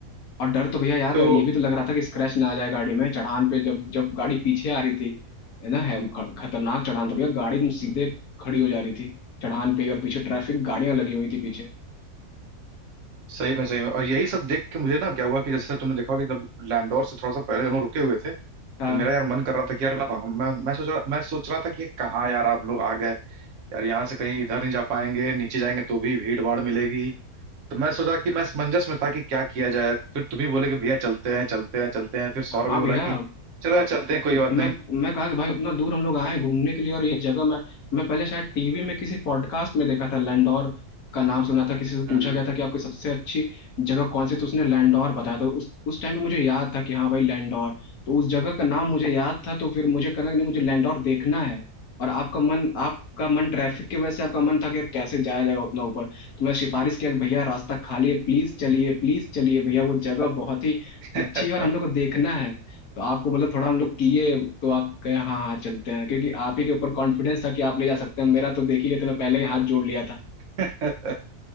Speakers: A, on the left; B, on the right.
A: और डर तो भैया याद
B: तो
A: है ये भी तो लग रहा था कि स्क्रैच ना आ जाए गाड़ी में चढ़ान पे जब जब गाड़ी पीछे आ रही थी है ना है ख- खतरनाक चढ़ान था भैया गाड़ी एकदम सीधे खड़ी हो जा रही थी चढ़ान पे ही और पीछे ट्रैफिक गाड़ियां लगी हुई थी पीछे
B: सही में सही में और यही सब देख के मुझे ना क्या हुआ कि जैसे तुमने देखा होगा कि जब लैंडोर से थोड़ा सा पहले हम लोग रुके हुए थे तो
A: हाँ
B: मेरा यार मन कर रहा था कि यार मैं मैं मैं सोच रहा मैं सोच रहा था कि ये कहाँ यार हम लोग आ गए यार यहाँ से कहीं इधर नहीं जा पाएंगे नीचे जाएंगे तो भी भीड़ भाड़ मिलेगी तो मैं सोचा कि मैं असमंजस में था कि क्या किया जाए फिर तुम ही बोले कि भैया चलते हैं चलते हैं चलते हैं फिर सौरभ
A: हाँ
B: भी बोला
A: भैया
B: कि चलो यार चलते हैं कोई बात
A: मैं
B: नहीं
A: मैं कहा कि भाई उतना दूर हम लोग आए हैं घूमने के लिए और ये जगह मैं मैं पहले शायद टीवी में किसी पॉडकास्ट में देखा था लैंडोर का नाम सुना था किसी से पूछा
B: हम्म
A: गया था कि आपकी सबसे अच्छी जगह कौन सी तो उसने लैंडोर बताया था उस उस टाइम पे मुझे याद था कि हाँ भाई लैंडोर तो उस जगह का नाम मुझे याद था तो फिर मुझे कहना कि नहीं मुझे लैंडोर देखना है और आपका मन आपका मन ट्रैफिक की वजह से आपका मन था कि यार कैसे जाया जाएगा उतना ऊपर तो मैं सिफारिश किया कि भैया रास्ता खाली है प्लीज चलिए प्लीज चलिए भैया वो जगह बहुत ही अच्छी
B: हम्म।
A: है और हम लोग को देखना है तो आपको मतलब थोड़ा हम लोग किए तो आप कहे हाँ हाँ चलते हैं क्योंकि आप ही के ऊपर कॉन्फिडेंस था कि आप ले जा सकते हैं मेरा तो देख ही लेते मैं पहले ही हाथ जोड़ लिया था
B: <laughs>